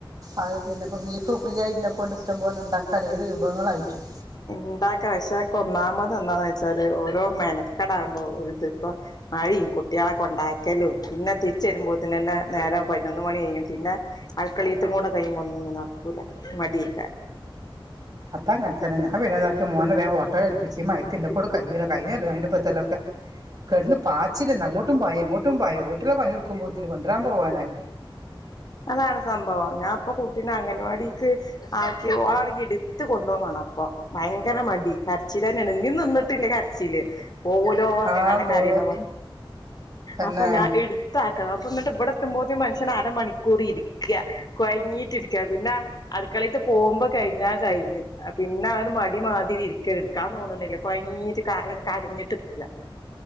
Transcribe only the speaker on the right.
അത് പിന്നെ ഇപ്പോൾ ബീഫ് ഫ്രീ ആയിട്ടതിനെകൊണ്ട് ഇഷ്ടം പോലെ ഉണ്ടാക്കാ അല്ല ഏത് വിഭവങ്ങളായിട്ടും
അത്താ അങ്ങനത്തന്ന ഞാൻ വനതാക്കി മോൻ ഓട്ടോ കൽപ്പിച്ച് മയത്തിന്റെ എന്നെ കൊണ്ട് കഴിയില്ല കഴിഞ്ഞക്കോലം അതിന്റെമുമ്പ്ത്തെ കൊല്ലവും ഒക്കെ കിടന്ന് പാച്ചില്ലണ്ട് അങ്ങോട്ടുംതായ ഇങ്ങോട്ടും പായ വീട്ടിലുള്ള പണി ടുക്ക്പോന്നന് കൊണ്ടവരാൻ പോവാനായി
ആതോ
തന്നെ